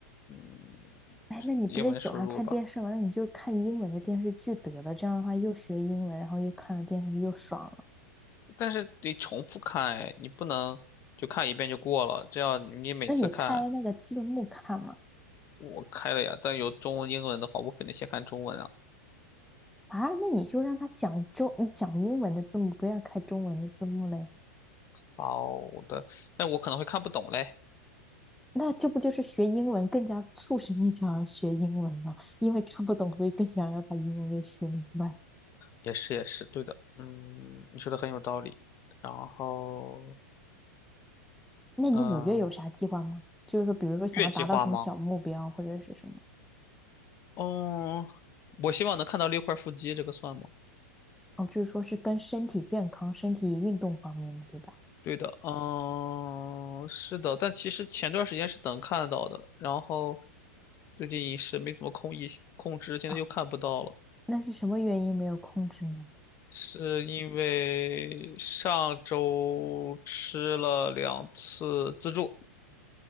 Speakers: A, on the left (about 30°); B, in the centre.
A: 嗯，
B: 哎，那你不是喜欢看电视吗？
A: 英文输入吧。
B: 那你就看英文的电视剧得了，这样的话又学英文，然后又看了电视剧，又爽了。
A: 但是得重复看，哎，你不能就看一遍就过了，这样你每次看
B: 那你开那个字幕看嘛？
A: 我开了呀，但有中文、英文的话，我肯定先看中文啊。
B: 啊，那你就让他讲中，你讲英文的字幕，不要开中文的字幕嘞。
A: 好的，但我可能会看不懂嘞。
B: 那这不就是学英文更加促使你想要学英文了？因为看不懂，所以更想要把英文给学明白。
A: 也是也是，对的，嗯，你说的很有道理。然后，
B: 那你五月有啥计划吗？
A: 嗯，
B: 就是说，比如说想要达到什么小目标，
A: 月计划吗？
B: 或者是什么？
A: 嗯，我希望能看到六块腹肌，这个算吗？
B: 哦，就是说是跟身体健康、身体运动方面的，对吧？
A: 对的，嗯，是的，但其实前段时间是能看到的，然后最近饮食没怎么控一控制，现在又看不到了，
B: 啊，那是什么原因没有控制呢？
A: 是因为上周吃了两次自助，